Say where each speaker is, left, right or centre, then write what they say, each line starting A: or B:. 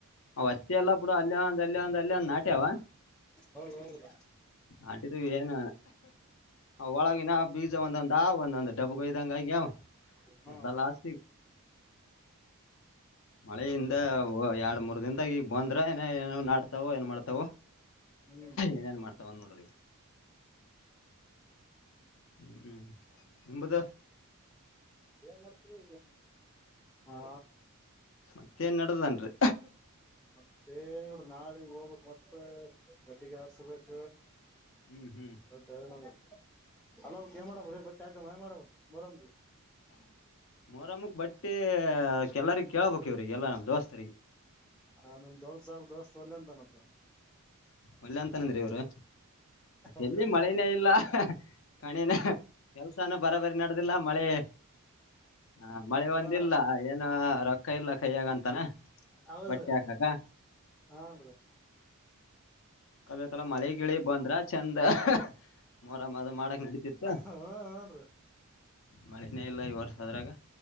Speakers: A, on the left; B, in the centre.
A: ಅತ್ತಿ ಎಲ್ಲ ಬುಡ್ದು ಅಲ್ಲಿೇ ಒಂದ ಅಲ್ಲಿ ಒಂದ ಅಲ್ಲಿ ಒಂದು ನಾಟ್ಯವ
B: ಹೌದೌದ್ರಿ
A: ಆಟಿದ್ದು ಏನು ಒಳಾಗಿನ ಬೀಜ ಒಂದೊಂದ ಆ ಒಂದಂದು ಡಬ್ಬು ಇದ್ದಂಗ ಆಗ್ಯ
B: ಹಾ
A: ಎಲ್ಲ ಲಾಸ್ತಿ ಮಳೆಯಿಂದ ಎರಡ್ ಮೂರ್ ದನ್ದಾಗಿ ಈಗ ಬಂದ್ರ ಏನ್ ಏನ್ ನಡ್ತಾವ ಏನ್ ಮಾಡ್ತಾವ
B: ಹ್ಮ್
A: ಏನನು ಮಾಡರ್ತ ಬಂದುಡರರು ಹ್ಮ್ ಹ್ಮ್ ನಿಂಬದ
B: ಏನ್ ಮಾಡ್ತಿದಿ ಹಾ
A: ಮತ್ತೇನ್ ನಡದನ್ರಿ
B: ಮತ್ತೇ ಏನಿಲ್ರಿ ನಾಳಿಗ್ ಹೋಗ್ಬಕ್ ಮತ್ತೆ ಗಟ್ಟಿಗೆ ಆರ್ಸ್ಬೇಕ
A: ಹ್ಮ್ ಹ್ಮ್
B: ಹೌದರ ನ ಅಲ ಅವ್ರ ಏ ಮಾಡವ ರೇ ಬಟ್ಟ ಆಕ ಮಾಡ್ ಮೊರಾಮ್
A: ಮೊರಮ್ಮಕ್ ಬಟ್ಟೆ ಕೆಲ್ಲರಿಗೆ ಕೇೇಳಬೇಕ ಇವ್ರರಿಗೆ ಎಲ್ಲ ನಮ್ಮ ದೋಸ್ತರಿಗೆ
B: ಆ ನಿಮ್ ದೋಳಸ ದೋಸ್ತ್ ಒಲ್ಲ ಅಂತನಪ್ಪ
A: ವಲ್ಯ ಅಂತನಂದ್ರಿ ಇವರು
B: ಒಲ್ಲೆ
A: ಎಲ್ಲಿ
B: ಅಂತಾನ
A: ಮಳೆನೇ ಇಲ್ಲ ಕಣಿನ ಕೆಲ್ಸಾನ ಬರಬರಿ ನಡೆದಿಲ್ಲ ಮಳೆ ಆ ಮಳೆ ಒಂದಿಲ್ಲ
B: ಹಾ
A: ಏನ ರೊಕ್ಕ ಇಲ್ಲ ಕಯ್ಯಾಗ ಅಂತಾನ
B: ಹೌದ್ರಿ
A: ಬಟ್ಟೆ ಹಾಕಾಗ
B: ಹಾನ್ರಿ
A: ಕದಕಲ ಮಳೆಗಿಳಿ ಬಂದ್ರ ಚಂದ ಮೊಹರಂ ಅದು ಮಾಡಕ್ ನಡಿತಿತ್ತು
B: ಹಾ ಹನ್ರಿೀ
A: ಮಳೆನೇ ಇಲ್ಲ ಈ ವರ್ಷ ಅದ್ರಾಗ